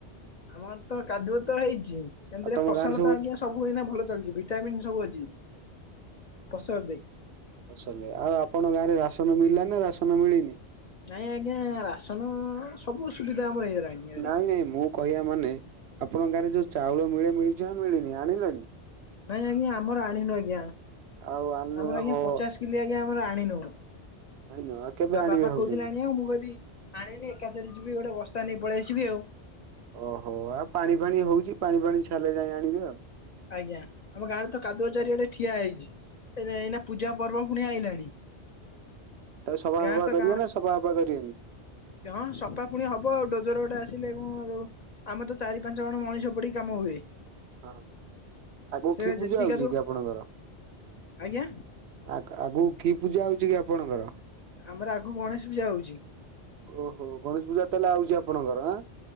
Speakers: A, on the left; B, on the right.
A: ଆମର ତ କାଦୁଅ ତ ହେଇଛି। ଏମତିରେ
B: ଆଉ ତମ
A: ଫସଲ
B: ଗାଁରେ
A: ତ ଆଜ୍ଞା ସବୁ ଏଇନା ଭଲ ଚାଲିଛି ଭିଟାମିନ୍ ସବୁ ଅଛି ଫସଲରେ।
B: ଫସଲ ଆଉ ଆପଣଙ୍କ ଗାଁରେ ରାସନ ମିଳିଲା ନା ରାସନ ମିଳିନି।
A: ନାଇଁ ଆଜ୍ଞା ରାସନ ସବୁ ସୁବିଧା ଆମର ହେଇଗଲାଣି। ଏଆଡେ।
B: ନାଇଁ ନାଇଁ ମୁଁ କହିବା ମାନେ ଆପଣଙ୍କ ଗାଁ ରେ ଯୋଉ ଚାଉଳ ମିଳେ ମିଳୁଛି ନା ମିଳିନି ଆଣିଲଣି?
A: ନାଇଁ ଆଜ୍ଞା ଆମର ଆଣିନୁ ଆଜ୍ଞା।
B: ଆଉ ଆଣିନୁ
A: ଆମର ଆଜ୍ଞା
B: ହୋ
A: ପଚାଶ ଆଜ୍ଞା ଆମର ଆଣି ନଉ
B: ଆଣିନ ଆଉ କେବେ
A: ବା
B: ଆଣିବେ
A: ବାପା
B: ଭାବୁଛନ୍ତି?
A: କହୁଥିଲେ ଆଣିବାକୁ ମୁଁ କହିଲି ଆଣିନି ଏକାଥରେ ଯିବି ଗୋଟେ ବସ୍ତା ନେଇ ପଳେଇସିବି ଆଉ।
B: ଓହୋ ଆଉ ପାଣି ଫାଣି ହଉଛି ପାଣି ଫାଣି ଛାଡିଲେ ଯାଇ ଆଣିବି ଆଉ।
A: ଆଜ୍ଞା ଆମ ଗାଁରେ ତ କାଦୁଅ ଚାରିଆଡେ ଠିଆ ହେଇଛି ଏଇନା ପୂଜା ପର୍ବ ପୁଣି ଆଇଲାଣି।
B: ତା ସଫା
A: ଗାଁ
B: ଫଫା
A: ତ
B: କରିବ
A: ଗାଁ
B: ନା ସଫା ଫଫା କରିବେନି।
A: ହଁ ସଫା ପୁଣି ହବ ଆଉ ଡୋଜର ଗୋଟେ ଆସିଲେ ଏବଂ ଯୋଉ। ଆମେ ତ ଚାରି ପାଞ୍ଚ ଜଣ ମଣିଷ ପଡିକି କାମ ହୁଏ
B: ହଁ ଆଗକୁ
A: ସେ
B: କି ପୂଜା
A: ଯେତିକି
B: ହଉଛି
A: କାଦୁଅ
B: କି ଆପଣଙ୍କର?
A: ଆଜ୍ଞା
B: ଆ ଆଗକୁ କି ପୂଜା ଆଉଛି କି ଆପଣଙ୍କର?
A: ଆମର ଆଗକୁ ଗଣେଶ ପୂଜା ହଉଛି।
B: ଓହୋ ଗଣେଶ ପୂଜା ତାହେଲେ ଆଉଛି ଆପଣଙ୍କର ହଁ।